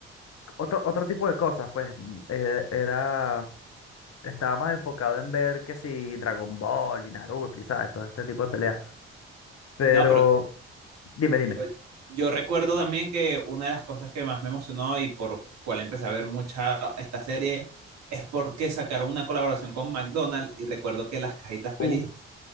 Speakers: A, on the left (about 55°); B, on the right (about 60°).
A: otro, otro tipo de cosas, pues mm, eh, era, estaba más enfocado en ver que si Dragon Ball y Naruto y sabes, todo este tipo de peleas. Pero,
B: No, pero
A: dime,
B: Yo,
A: dime.
B: yo recuerdo también que una de las cosas que más me emocionó y por cual empecé a ver mucha esta serie es porque sacaron una colaboración con McDonald's y recuerdo que las cajitas feliz
A: Uf,